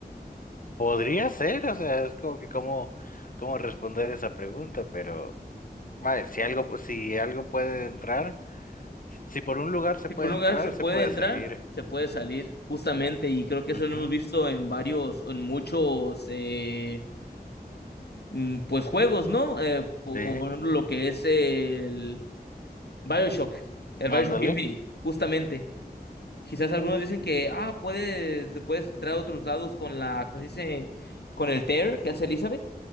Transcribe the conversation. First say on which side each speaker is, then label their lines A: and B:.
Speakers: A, on the left; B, on the left.
A: podría ser, o sea, es como que cómo, cómo responder esa pregunta, pero vaya, si algo, si algo puede entrar, si por un lugar se
B: Si
A: puede
B: por un lugar
A: entrar,
B: se puede
A: se puede
B: entrar,
A: salir.
B: se puede salir, justamente, y creo que eso
A: Ujú,
B: lo hemos visto en varios, en muchos, eh, mm, pues juegos, ¿no? Eh, po-
A: Sí.
B: como por ejemplo lo que es el BioShock, el
A: Ándale.
B: BioShock Infinite, justamente Quizás algunos dicen que, ah, puedes, puedes entrar a otros lados con la, ¿cómo se dice? Con el tear que hace Elizabeth,